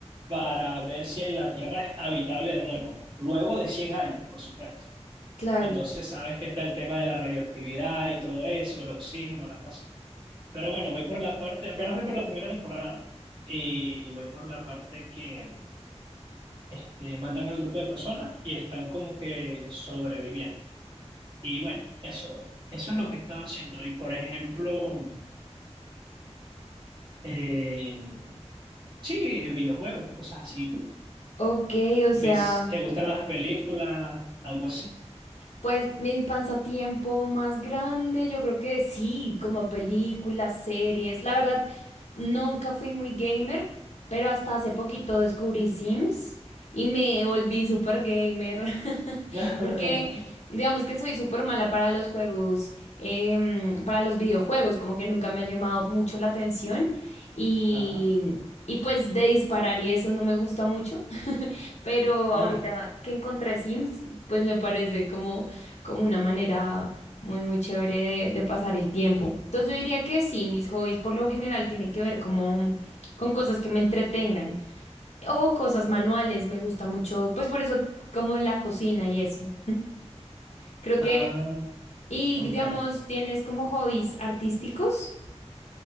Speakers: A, on the right (about 45°); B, on the left (about 75°).
A: para ver si la Tierra es habitable de nuevo, luego de 100 años, por supuesto.
B: claro.
A: Entonces sabes que está el tema de la radioactividad y todo eso, el oxígeno, la cosa. Pero bueno, voy por la parte, apenas voy por la primera temporada y voy por la parte que este, mandan al grupo de personas y están como que sobreviviendo. Y bueno, eso, eso es lo que he estado haciendo. Y por ejemplo, eh, sí, videojuegos y cosas así. ¿Y ¿Tú
B: Ok, o sea.
A: ves, te gustan las películas, algo así?
B: Pues mi pasatiempo más grande, yo creo que sí, como películas, series. La verdad, nunca fui muy gamer, pero hasta hace poquito descubrí Sims y me volví súper gamer. <laughs>
A: <laughs>
B: Porque digamos que soy súper mala para los juegos, em, para los videojuegos, como que nunca me ha llamado mucho la atención y,
A: Ajá.
B: y pues de disparar y eso no me gusta mucho. Pero ahorita
A: Ah,
B: que encontré Sims, pues me parece como, como una manera muy, muy chévere de, de pasar el tiempo. Entonces yo diría que sí, mis hobbies por lo general tienen que ver como con cosas que me entretengan o cosas manuales, me gusta mucho, pues por eso como la cocina y eso. Creo
A: ah,
B: que, y
A: comprendo.
B: digamos, ¿tienes como hobbies artísticos?